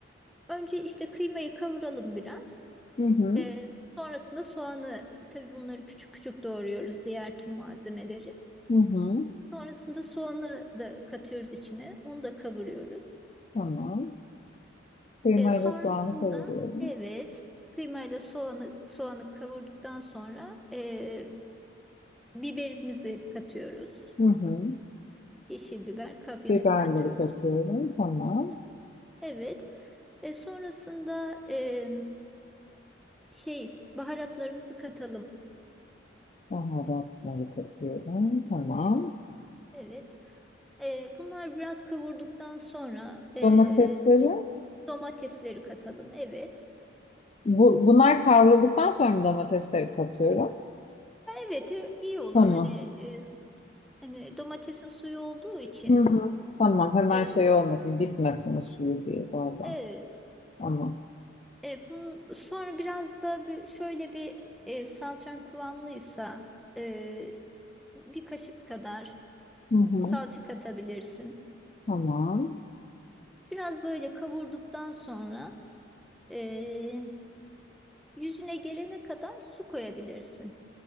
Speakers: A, in the centre; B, on the left.
A: önce işte kıymayı kavuralım biraz.
B: Hı hı.
A: Ee, sonrasında soğanı tabii bunları küçük küçük doğruyoruz diğer tüm malzemeleri.
B: Hı hı.
A: Sonrasında soğanı da katıyoruz içine. Onu da kavuruyoruz.
B: Tamam. Kıymayı
A: E, sonrasında
B: ve soğanı kavuruyorum.
A: evet kıymayla soğanı soğanı kavurduktan sonra e, biberimizi katıyoruz.
B: Hı hı.
A: Yeşil biber, kapyamızı
B: Biberleri
A: katıyoruz.
B: katıyorum. Tamam.
A: Hı hı, Evet. E, sonrasında e, şey baharatlarımızı katalım.
B: Baharatları katıyorum. Tamam.
A: Evet. E, bunlar biraz kavurduktan sonra e,
B: Domatesleri.
A: domatesleri katalım. Evet.
B: Bu, bunlar kavrulduktan sonra mı domatesleri katıyorum?
A: Evet e, iyi olur.
B: Tamam.
A: Hani e, Hani domatesin suyu olduğu için
B: Hı hı. Tamam. Hemen
A: e,
B: şey olmasın. Bitmesin suyu diye orada.
A: evet
B: Tamam.
A: e, bunun sonra biraz da bir, şöyle bir e, salçan kıvamlıysa e, bir kaşık kadar
B: Hı hı.
A: salça katabilirsin.
B: Tamam.
A: Biraz böyle kavurduktan sonra e, yüzüne gelene kadar su koyabilirsin.